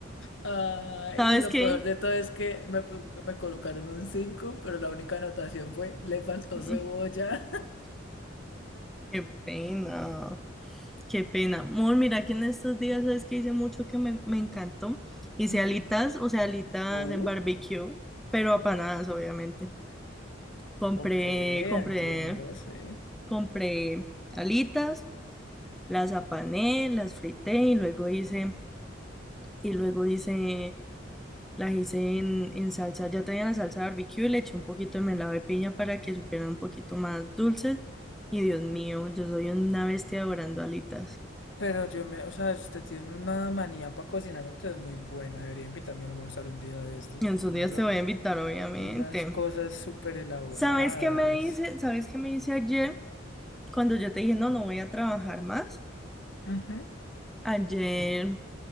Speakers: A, on the left; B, in the centre.
A: Ah,
B: ¿Sabes
A: y lo
B: qué?
A: peor de todo es que me, pu- me colocaron un 5 pero la única anotación fue, le faltó
B: Mm,
A: cebolla.
B: Qué pena, qué pena. Amor, mira que en estos días, ¿sabes qué? Hice mucho que me, me encantó.
A: <laughs>
B: Hice
A: Ujú.
B: alitas, o sea, alitas
A: Uh,
B: en barbecue, pero apanadas, obviamente. Compré,
A: ok, entiendo,
B: compré,
A: sí.
B: compré alitas. las apané, las frité y luego hice, y luego hice, las hice en, en salsa, ya tenía la salsa barbecue, y le eché un poquito de melado de piña para que supieran un poquito más dulces. Y Dios mío, yo soy una bestia adorando alitas.
A: Pero yo me, o sea, usted tiene una manía para cocinar, entonces muy buena. Debería invitarme a almorzar un día de estos.
B: Y
A: Usted
B: en sus días
A: me habló
B: te voy a invitar, obviamente.
A: unas cosas súper elaboradas.
B: ¿Sabes qué me dice? ¿Sabes qué me dice ayer? Cuando yo te dije, no, no voy a trabajar más.
A: Ujú.
B: Ayer